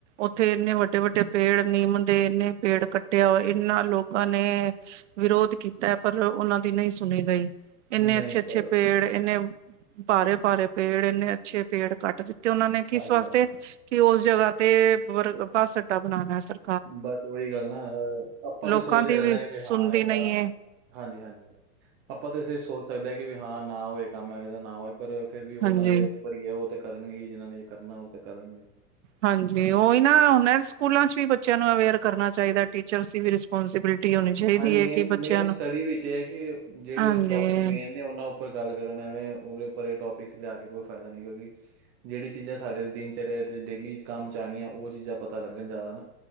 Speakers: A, on the right; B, on the right.
A: ਉੱਥੇ ਇੰਨੇ ਵੱਡੇ ਵੱਡੇ ਪੇੜ ਨੀਮ ਦੇ ਇੰਨੇ ਪੇੜ ਕੱਟਿਆ। ਇਹਨਾ ਲੋਕਾਂ ਨੇ ਵਿਰੋਧ ਕੀਤਾ ਪਰ ਉਹਨਾਂ ਦੀ ਨਹੀਂ ਸੁਣੀ ਗਈ।
B: ਹਾਂਜੀ।
A: ਇੰਨੇ
B: ਨਹੀਂ
A: ਅੱਛੇ- ਅੱਛੇ
B: ਪਰ
A: ਪੇੜ ਇੰਨੇ ਭਾਰੇ- ਭਾਰੇ ਪੇੜ ਇੰਨੇ ਅੱਛੇ ਪੇੜ ਕੱਟ ਦਿੱਤੇ। ਉਹਨਾਂ ਨੇ
B: ਹਾਂਜੀ-ਹਾਂਜੀ,
A: ਕਿਸ ਵਾਸਤੇ
B: ਹਾਂਜੀ। ਹਾਂਜੀ।
A: ਕਿ ਉਸ ਜਗ੍ਹਾ ਤੇ ਬੱਸ ਅੱਡਾ ਬਣਾਉਣਾ। ਸਰ
B: ਬਸ ਉਓਹੀ ਗੱਲ ਨਾ। ਆਪਾਂ ਤਾਂ
A: ਲੋਕਾਂ
B: ਸੋਚਦੇ
A: ਦੀ
B: ਰਹਿ
A: ਵੀ
B: ਜਾਂਵਾਗੇ।
A: ਸੁਣਦੀ
B: ਬਸ ਏਦਾਂ
A: ਨਹੀਂ ਹੈ
B: ਹਾਂਜੀ -ਹਾਂਜੀ ਆਪਾਂ ਤਾਂ ਇਸੇ ਸੋਚ ਸਕਦੇ ਕਿ ਵੀ ਹਾਂ ਨਾ ਹੋਏ ਕੰਮ ਏਵੇ ਦਾ ਨਾ ਹੋਏ। ਪਰ ਫਿਰ ਵੀ
A: ਹਾਂਜੀ
B: ਉਹਨਾਂ ਦੇ ਭਰੀ ਹੈ ਉਹ ਤੇ ਕਰਨਗੇ ਜਿਹਨਾਂ ਨੇ ਕਰਨਾ ਉਹ ਤੇ ਕਰਨਗੇ।
A: ਹਾਂਜੀ, ਉਹਹੀ ਨਾ ਹ ਸਕੂਲਾਂ ਚ' ਵੀ ਬੱਚਿਆਂ ਨੂੰ ਅਵੇਅਰ ਕਰਨਾ ਚਾਹੀਦਾ। ਟੀਚਰਸ ਦੀ ਵੀ ਪੋਂਸੀਬਿਲਟੀ ਹੋਣੀ ਚਾਹੀਦੀ
B: ਹਾਂਜੀ ਮੇਨ
A: ਹੈ ਕਿ ਬੱਚਿਆਂ
B: -ਮੇਨ
A: ਨੂੰ
B: ਸਟੱਡੀ ਵਿੱਚ ਇਹ ਹੈ ਕਿ ਜਿਹੜੇ
A: ਹਾਂਜੀ
B: ਟੋਪਿਕ ਮੇਨ ਤੇ ਉਹਨਾਂ ਉਪਰ ਗੱਲ ਕਰਨ ਐਵੇਂ ਉਹਦੇ ਉੱਪਰ ਇਹ ਟੋਪਿਕਸ ਲਿਆ ਕੇ ਕੋਈ ਫਾਇਦਾ ਨਹੀਂ। ਕਿਉਂਕਿ ਜਿਹੜੀ ਚੀਜ਼ਾਂ ਸਾਡੇ ਦਿਨਚਰਿਆ ਚ' ਡੇਲੀ ਕੰਮ ਚ' ਆਉਣੀਆਂ ਉਹ ਚੀਜ਼ਾਂ ਪਤਾ ਲੱਗਣ ਜ਼ਿਆਦਾ